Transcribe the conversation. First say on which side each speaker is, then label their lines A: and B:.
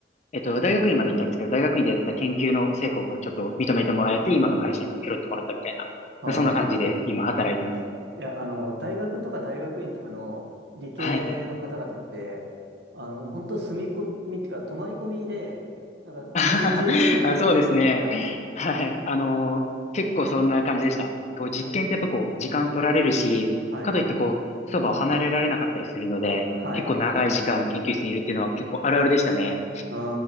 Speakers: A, on the left (about 40°); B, on the right (about 65°).
A: えっと、大学院まで行ったんですけど、大学院でやってた研究の成果をこう、ちょっと認めてもらえて、今の会社に拾ってもらったみたい
B: ああ。
A: な、そんな感じで今働いてます。
B: いや、あの、大学とか大学院とかの理系の方々って、
A: はい。
B: あの、もう本当住み込みっていうか、泊まり込みで、なんか、
A: <laughs>
B: 一日中ずっと研究室いるみたいな。
A: あ、そうですね。はい。あのー結構そんな感じでした。こう、実験ってやっぱこう、
B: えー
A: 時間取られるし、
B: はい。
A: かといってこう、そばを離れられなかったりするので、
B: はい。
A: 結構長い時間研究室にいるっていうのは結構あるあるでしたね。
B: うー